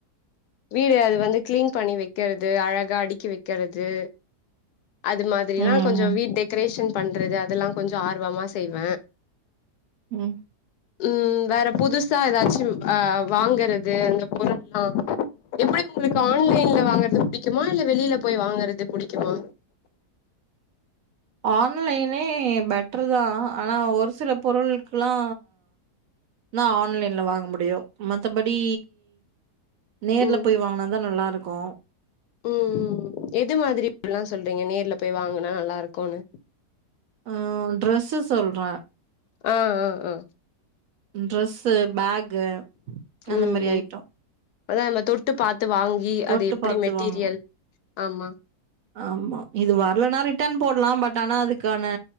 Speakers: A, on the left; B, on the right.
A: வீடு அது வந்து கிளீன் பண்ணி வைக்கிறது அழகா அடிக்கி வைக்கிறது அது மாதிரினா
B: ம்
A: கொஞ்சோ வீட் டெக்கரேஷன் பண்றது அதெல்லா கொஞ்சோ ஆர்வமா செய்வ
B: ம்
A: ம் வேற புதுசா ஏதாச்சு ஆ வாங்கறது அந்த பொருல்லா எப்டி உங்களுக்கு ஆன்லைன்ல வாங்கறது புடிக்குமா இல்ல வெளியில போய் வாங்கறது புடிக்குமா
B: ஆன்லைனே பெட்டர் தா ஆனா ஒரு சில பொருள்க்குல்லா னா ஆன்லைன்ல வாங்க முடியு மத்தபடி நேர்ல
A: ம்
B: போய் வாங்குனா தா நல்லாயிருக்கு
A: ம் ம் எது மாதிரிப்பல்லா சொல்றீங்க நேர்ல போய் வாங்குனா நல்லா இருக்குன்னு
B: ஆ ட்ரெஸ்ஸு சொல்றே
A: ஆ ஆ ஆ
B: ட்ரெஸ்ஸு பேக் கு அந்த
A: ம்
B: மாரி
A: ம்
B: ஐட்டோ
A: அதா நம்ம தொட்டு பாத்து வாங்கி
B: தொட்டு
A: அது எப்டி
B: பாத்து
A: மெட்டீரியல்
B: வாங்கணு
A: ஆமா
B: ஆமா இது வர்லனா ரிட்டன் போட்லா பட் ஆனா அதுக் க்கான